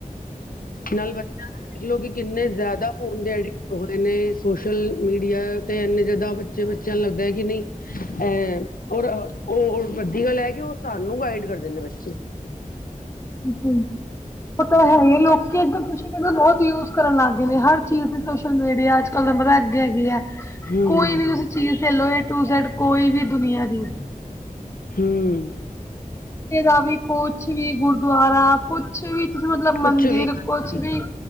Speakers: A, on the left; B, on the left.
A: ਨਾਲ ਬੱਚਿਆ ਨੂੰ ਲੋਕੀ ਕਿੰਨੇ ਜ਼ਿਆਦਾ ਫੋਨ ਦੇ ਅਡਿਕ ਹੋਏ, ਸੋਸ਼ਲ ਮੀਡੀਆ, ਤੇ ਇੰਨੇ ਜਿਆਦਾ ਬੱਚੇ-ਬੱਚਿਆਂ ਨੂੰ ਲੱਗਦਾ ਏ ਨਹੀ ਐ, ਔਰ ਉਹ ਵੱਡੀ ਗੱਲ ਏ। ਕਿ ਉਹ ਸਾਨੂੰ ਗਾਈਡ ਕਰ ਦਿੰਦੇ ਨੇ ਬੱਚੇ।
B: ਬਿਲਕੁਲ, ਉਹ ਤਾਂ ਹੈ ਹੀ ਲੋਕੀ ਅੱਜ-ਕੱਲ ਖੁਸ਼ੀ ਨੂੰ ਬਹੁਤ ਯੂਜ ਕਰਨ ਲੱਗ ਗਏ ਨੇ, ਹਰ ਚੀਜ਼ ਦੀ ਸੋਸ਼ਲ ਮੀਡੀਆ। ਅੱਜ-ਕੱਲ ਦਾ ਪਤਾ, ਅੱਗੇ ਹੈਗੀ ਏ।
A: ਹੂੰ
B: ਕੋਈ ਵੀ ਤੁਸੀਂ ਚੀਜ਼ ਲੈ ਲੋ, ਏ ਟੂ ਜੇਡ ਕੋਈ ਵੀ ਦੁਨੀਆਂ ਦੀ।
A: ਹਮ
B: <unintelligible> ਦਾ ਵੀ ਕੁੱਛ ਵੀ ਗੁਰਦੁਆਰਾ ਕੁਛ ਕੁਛ ਵੀ ਤੁਸੀ ਮਤਲਬ
A: ਕੁਛ
B: ਮੰਦਿਰ
A: ਵੀ ਹਾਂਜੀ
B: ਕੁਛ ਵੀ